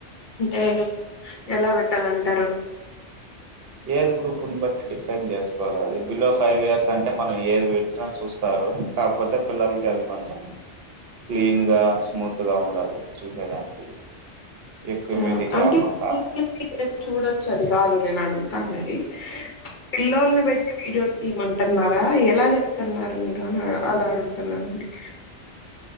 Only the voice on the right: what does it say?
ఏజ్ గ్రూప్ని బట్టి డిఫైన్ చేసుకోవాలి అది బిలో ఫైవ్ ఇయర్స్ అంటే మనం ఏది పెట్టినా చూస్తారు కాకపోతే పిల్లలకి అవి కొంచెం క్లీన్ గా స్మూత్ గా ఉండాలి చూసేదానికి ఎక్కువ
మ్యూజిక్
రాకుండా